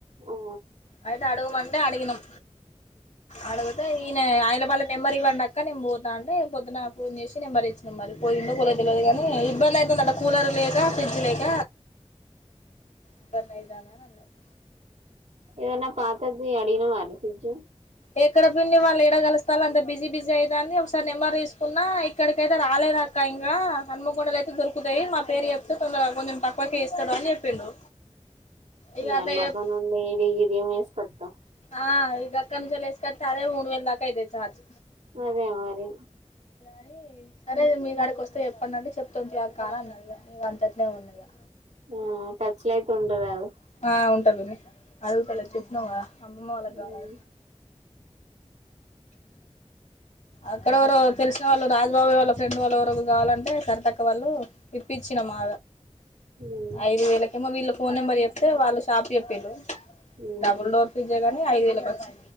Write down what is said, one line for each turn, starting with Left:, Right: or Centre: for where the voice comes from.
Right: ఆ
Left: అయితే అడగమంటే అడిగినం అడుగితే ఈయన ఆయన వాళ్ళ నెంబర్ ఇవ్వండి ఆ క్క నేం పోతా అంటే పొద్దున ఫోన్ చేసి నెంబర్ ఇచ్చినాం మరి పోయిండో పోలే తెలవదు కానీ ఇబ్బందయితుందట కూలర్ లేక ఫ్రిడ్జ్ లేక ఇబ్బందైతాందని అన్నారు
Right: ఏదన్న పాతది అడిగానవారా ఫ్రిడ్జ్
Left: ఎక్కడ పిని వాళ్ళు ఎడగలుస్తారు అంత బిజీ బిజీ అవుదా అని ఒకసారి నెంబర్ తీసుకున్నా ఇక్కడికైతే రాలే దక్క ఇంకా హన్మకొండలు అయితే దొరుకుతాయి మా పేరు చెప్తే తొందర కొంచెం తక్కువక ఇస్తాడు అని చెప్పిండు ఇక అట్లా
Right: ఎ మాకు
Left: చెప్
Right: మడిగిరి ఇదే మస్ కొత్త
Left: ఆ ఇది అక్క నుంచిసుకట్ తరే ఓర్వల్ దాకా అయితది ఛార్జ్
Right: అదే మరి
Left: అని సరే మీ గడికి వస్తే చెప్పండి అంటే చెప్తాంలే అక్క అన్నాడు ఇగ ఇంగ అంతటినే ఉన్నాయి ఇగ
Right: ఆ టచ్చలైతు ఉండరురాదు
Left: ఆ ఉంటా పిని అడుగుతలా చెప్పన్నాం కదా మలాగాాల
Right: ఉమ్
Left: అక్కడెవరు తెలిసిన వాళ్ళు రాజబాబ వాళ్ళ ఫ్రెండ్ వాళ్ళు ఎవర కావాలంటే కర్తక్క వాళ్ళు ఇప్పించినం మా
Right: ఉమ్
Left: ఐదు వేలకేమో వీళ్ళ ఫోన్ నెంబర్ చెప్తే వాళ్ళ షాప్ చెపిల్లు
Right: ఉమ్
Left: డబుల్ డోర్ ఫ్రిజే గానీ ఐదు వేల కి వచ్చి